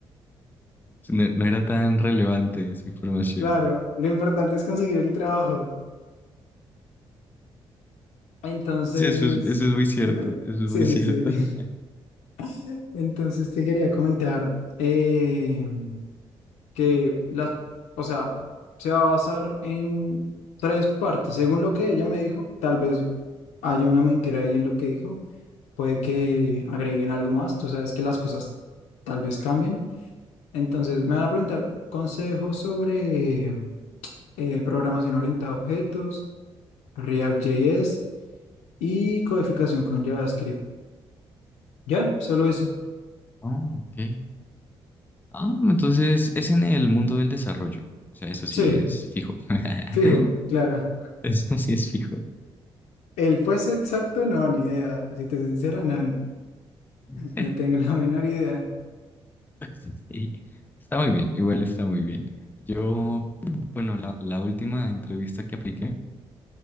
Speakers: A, on the left; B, on the left.
A: No, no era tan relevante esa información.
B: Claro, lo importante es conseguir el trabajo. Entonces,
A: Sí, eso es, eso es muy cierto,
B: dime.
A: eso
B: Sí,
A: es muy cierto.
B: sí,
A: <laughs>
B: sí. <laughs> Entonces te quería comentar eh, que las, o sea, se va a basar en tres partes. Según lo que ella me dijo, tal vez haya una mentira ahí en lo que dijo. Puede que agreguen algo más. Tú sabes que las cosas tal vez cambien. Entonces, me van a preguntar consejos sobre eh, programación orientada a objetos, React.js y codificación con JavaScript. ¿Ya? Solo eso.
A: Oh, ok. Ah, entonces es en el mundo del desarrollo. O sea, eso sí
B: Sí,
A: es fijo. <laughs>
B: fijo, claro.
A: Eso sí es fijo.
B: El peso exacto, no, ni idea. Si te soy sincero, no,
A: <laughs>
B: no tengo <laughs> la menor idea.
A: <laughs> Sí, está muy bien, igual está muy bien. Yo, bueno, la, la última entrevista que apliqué,